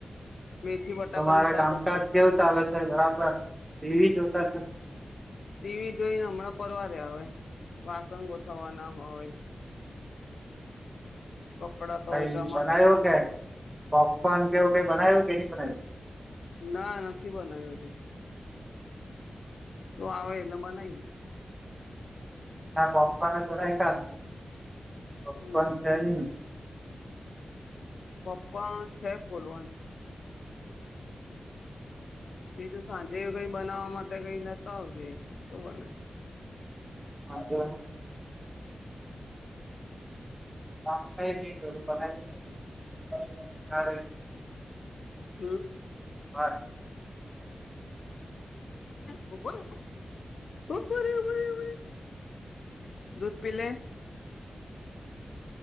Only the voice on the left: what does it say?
મેથી બટાકાનું
શાક
હતો
ટીવી જોઈને હમણાં પરવારે આવે વાસંગોઠવાના હોય કપડાં તો
ચોમાસામાં
હુકાય
ના નથી બનાધું તું આવે એટલે મનાઈ
હમ
પપ્પા છે પડવાનું બીજું સાંજે કઈ બનાવવા માટે કઈ લેતા આવજે તો બનાય
હમ
હબર હબર <unintelligible> દૂધ પીલે.